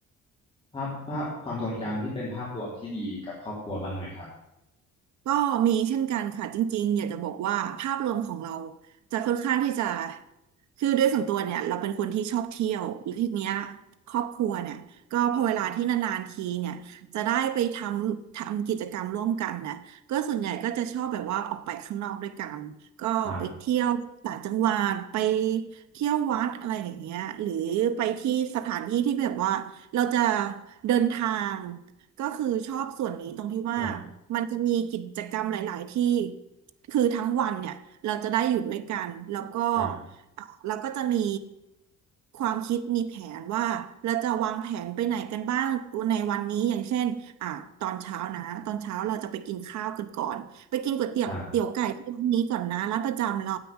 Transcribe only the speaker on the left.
ภาพภาพความทรงจำที่เป็นภาพรวมที่ดีกับครอบครัวบ้างไหมครับ
ครับ
ครับ
ครับ
ครับ